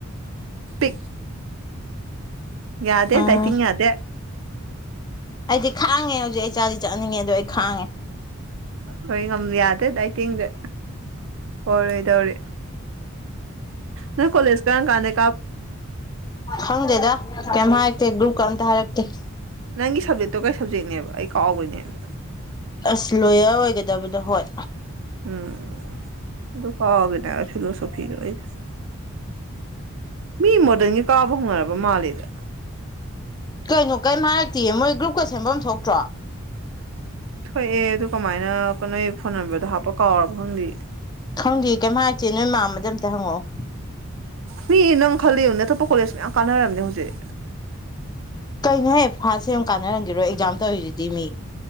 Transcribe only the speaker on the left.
ꯎꯝ
ꯑꯩꯗꯤ ꯈꯥꯡꯉꯦ ꯍꯧꯖꯤꯛ ꯑꯩ ꯆꯥꯗꯤ ꯆꯠꯅꯤꯡꯉꯦ ꯑꯗꯣ ꯑꯩ ꯈꯥꯡꯉꯦ
ꯈꯪꯗꯦꯗ ꯀꯩꯝ ꯍꯥꯏꯔꯛꯇꯦ ꯒ꯭ꯔꯨꯞꯀ ꯑꯝꯇ ꯍꯥꯏꯔꯛꯇꯦ
ꯑꯁ ꯂꯣꯌꯔ ꯑꯣꯏꯒꯗꯕꯗꯣ ꯍꯣꯏ
ꯀꯩꯅꯣ ꯀꯩꯝ ꯍꯥꯏꯔꯛꯇꯤꯌꯦ ꯃꯣꯏ ꯒ꯭ꯔꯨꯞꯀ ꯁꯦꯝꯕꯝ ꯊꯣꯛꯇ꯭ꯔꯣ
ꯈꯪꯗꯦ ꯀꯩꯝ ꯍꯥꯏꯇꯦ ꯅꯣꯏ ꯃꯥꯟꯕꯗ ꯑꯝꯇ ꯍꯪꯉꯛꯑꯣ
ꯀꯩꯅꯣꯍꯌꯦ ꯐꯥꯔꯁ ꯌꯥꯝ ꯀꯥꯟꯅꯔꯝꯒꯦꯔꯣ ꯑꯦꯛꯖꯥꯝ ꯇꯧꯔꯤꯗꯨꯗꯤ ꯃꯤ